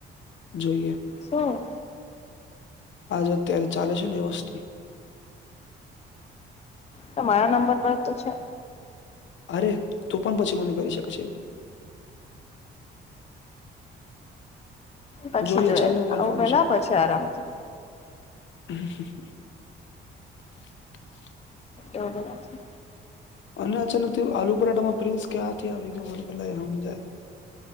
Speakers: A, on the left; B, on the left.
A: જોઈએ
B: શું.
A: આજે અત્યારે ચાલે છે ને એ વસ્તુ
B: તમારા નંબર પર તો છે
A: અરે તું પણ પછી મને કરી શકે છે એવું
B: પછી
A: જોઈએ
B: જોયે
A: ચાલને હું કન્ફર્મેશન
B: આવું પેલા પછી આરામથી
A: <inaudible>
B: એવડું વા છે.
A: અને અચાનક થયુ આલુ પરાઠામાં પ્રિન્સ ક્યાંથી આવી ગયો મને પેલા એ સમજાય